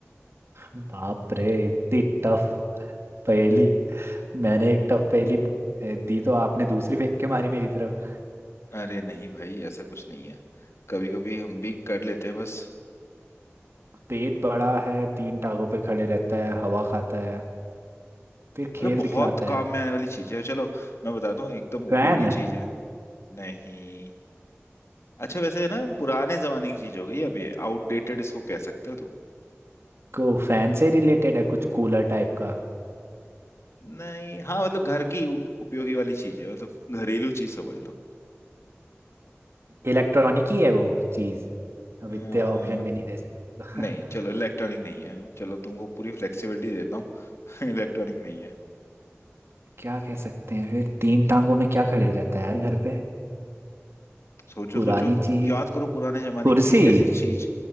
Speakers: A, on the right; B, on the left.
A: बाप रे इतनी टफ पहेली मैंने एक टफ पहेली ए, दी तो आपने दूसरी फेंक के मारी मेरी तरफ
B: अरे नहीं भाई ऐसा कुछ नहीं है कभी कभी हम भी कर लेते हैं बस
A: पेट बड़ा है तीन टांगों पे खड़े रहता है हवा खाता है फिर खेल
B: अरे बहुत
A: दिखलाता है
B: काम में आने वाली चीज है चलो मैं बताता हूँ एकदम
A: फैन
B: उपयोगी
A: है
B: चीज है नहीं अच्छा वैसे है ना पुराने जमाने की चीज हो गई अब ये आउटडेटेड इसको कह सकते हो तो
A: को फैन से रिलेटेड है कुछ कूलर टाइप का
B: नहीं हाँ मतलब घर की उप- उपयोगी वाली चीज है मतलब घरेलू चीज समझ लो
A: इलेक्ट्रॉनिक ही है वो चीज़ अब
B: अ,
A: इतने ऑप्शन भी नहीं दे सकते तो
B: नहीं
A: <laughs>
B: चलो इलेक्ट्रॉनिक नहीं है चलो तुमको पूरी फ्लेक्सिबिलिटी देता हूँ <laughs> इलेक्ट्रॉनिक नहीं है
A: क्या कह सकते हैं फिर तीन टांगों में क्या खड़े रहता है यार घर पे
B: सोचो
A: पुरानी
B: सोचो
A: चीज
B: याद करो पुराने जमाने
A: कुर्सी
B: की एक ऐसी चीज